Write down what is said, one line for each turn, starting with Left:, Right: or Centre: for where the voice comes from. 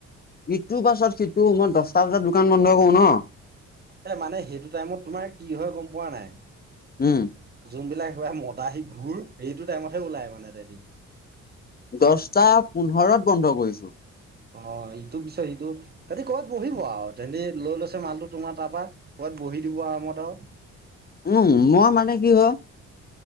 Left: ইটোৰ পাছত সিটো মই দহটা বজাত দোকান বন্ধ কৰো ন।
Right: এ মানে সেইটো টাইমত তোমাৰ কি হয় গম পোৱা নাই।
Left: উম।
Right: যোনবিলাক একেবাৰে মদাহি ঘূৰ সেইটো টাইমতহে ওলাই মানে তাহাতি।
Left: দহটা পোন্ধৰত বন্ধ কৰিছো।
Right: অ ইটো পিছত সিটো। তাহাতি কবাত বহিব আৰু তেহেঁতি লৈ লৈছে মালটো তোমাৰ তাৰ পৰা কবাত বহি দিব আৰামত আৰু।
Left: উম মই মানে কি হয়